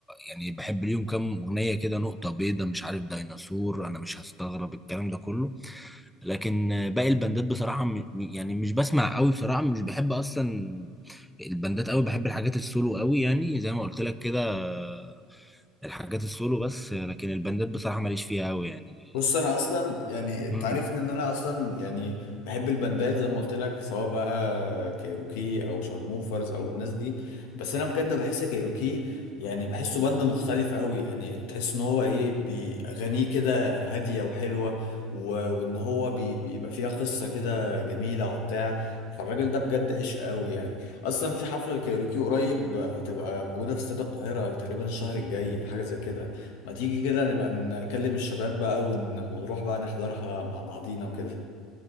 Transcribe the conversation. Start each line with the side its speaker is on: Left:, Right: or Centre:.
Centre: يعني بحب ليهم كام أغنية كده نقطة بيضة مش عارف ديناصور أنا مش هستغرب الكلام ده كله لكن آه، باقي البندات بصراحة م- يعني مش بسمع قوي بصراحة مش بحب أصلا البندات قوي بحب الحاجات السولو قوي يعني زي ما قلت لك كده آه، الحاجات السولو بس آه، لكن البندات بصراحة ماليش فيها قوي يعني
Left: بص انا اصلا يعني انت
Centre: مم.
Left: عارفني ان انا اصلا يعني بحب البندات زي ما قلت لك سواء بقى كايروكي او شارموفرز او الناس دي بس انا بجد بحس كايروكي يعني بحسه بند مختلف قوي يعني تحس ان هو ايه بيغنيه كده هاديه وحلوه و... وان هو بي... بيبقى فيها قصه كده جميله وبتاع فالراجل ده بجد عشق قوي يعني اصلا في حفله الكايروكي قريب هتبقى موجوده في استاد القاهره تقريبا الشهر الجاي حاجه زي كده ما تيجي كده نبقى نكلم الشباب بقى ون- ونروح بقى نحضرها مع بعضينا وكده